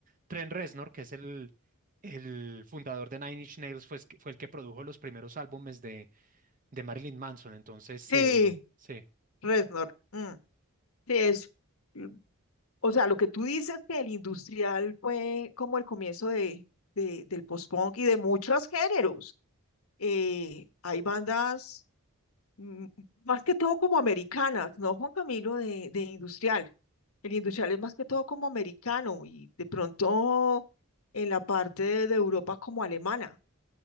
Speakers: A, on the right; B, on the left.
A: Trent Reznor, que es el, el fundador de Nine Inch Nails, fue, es que- fue el que produjo los primeros álbumes de, de Marilyn Manson. Entonces,
B: Sí,
A: eh, sí.
B: Reznor. mm, sí, es. mm, O sea, lo que tú dices que el industrial fue como el comienzo de, de- del post-punk y de muchos géneros. Eh, hay bandas mm, más que todo como americanas, ¿no, Juan Camilo, de, de industrial? El industrial es más que todo como americano y de pronto en la parte de, de Europa como alemana.